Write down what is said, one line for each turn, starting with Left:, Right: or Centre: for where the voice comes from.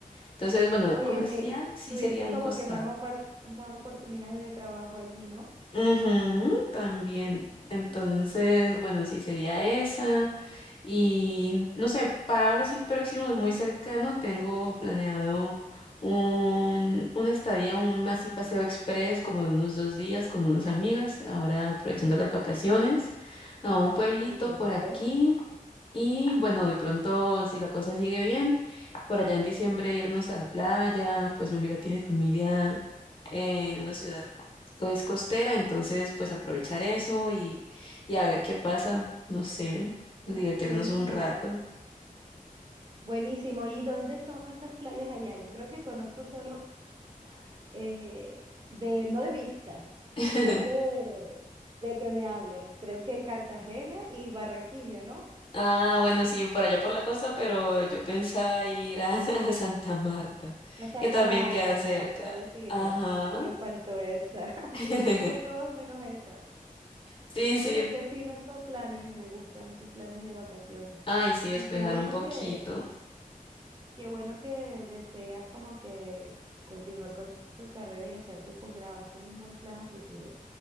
Left: Entonces, bueno,
Right: Oye,
Left: comercial
Right: eh,
Left: sí
Right: tuvieses
Left: sería un
Right: como
Left: costado.
Right: que más, opar- más oportunidades de trabajo allí, ¿no?
Left: Ujú, también. Entonces,
Right: Ujú.
Left: bueno, sí sería esa. Y no sé, para ahora sí próximo, muy cercano, tengo planeado un, una estadía, un así paseo express como de unos dos días con unas amigas, ahora aprovechando las vacaciones, a un pueblito
Right: Ay, qué
Left: por
Right: rico.
Left: aquí. Y bueno, de pronto, si la cosa sigue bien por allá en diciembre irnos a la playa, pues mi amiga tiene familia en una ciudad que es costera, entonces pues aprovechar eso y, y a ver qué pasa, no sé, divertirnos
Right: Oh, buenísimo.
Left: un rato.
Right: Buenísimo. ¿Y dónde son estas playas allá? Yo creo que conozco solo eh, de, no de vista,
Left: <laughs>
Right: sino de, de que me hablen. Creo que Cartagena y Barranquilla, ¿no?
Left: Ah, bueno, sí, por allá por la costa, pero yo pensaba ir a, <laughs> a Santa Marta,
Right: A Santa
Left: que también
Right: Marta,
Left: queda cerca.
Right: me faltó decirla,
Left: Ajá.
Right: me faltó esa. <laughs>
Left: <laughs>
Right: Di- Te dije todos menos esa.
Left: Sí,
Right: Oye,
Left: sí.
Right: qué fino esos planes, me gustan esos planes de vacaciones.
Left: Ay, sí, despejar
Right: Y qué bueno
Left: un poquito.
Right: que, qué bueno que deseas como que continuar con tu carrera y hacer tu posgrado. Ese es un buen plan a futuro.